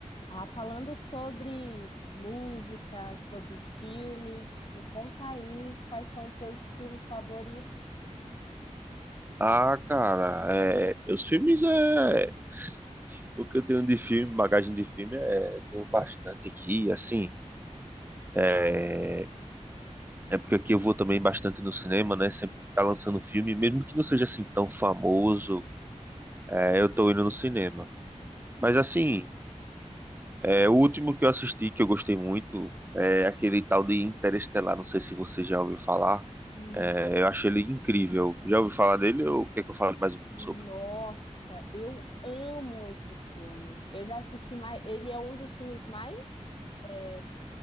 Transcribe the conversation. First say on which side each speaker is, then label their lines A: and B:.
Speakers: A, on the left; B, on the right.
A: Ah, falando sobre música, sobre filmes, me conta aí quais são os teus filmes favoritos.
B: Ah, cara, é, os filmes é. O que eu tenho de filme, bagagem de filme, é. Tenho bastante aqui, assim. É, é porque aqui eu vou também bastante no cinema, né? Sempre tá lançando filme, mesmo que não seja assim tão famoso, é, eu tô indo no cinema. Mas assim, é, o último que eu assisti que eu gostei muito é aquele tal de Interestelar. Não sei se você já ouviu falar.
A: Hum,
B: É, eu achei ele incrível. Já ouviu falar dele ou quer que eu fale mais um pouco
A: Nossa,
B: sobre?
A: eu amo esse filme. Eu já assisti mais. Ele é um dos filmes mais é,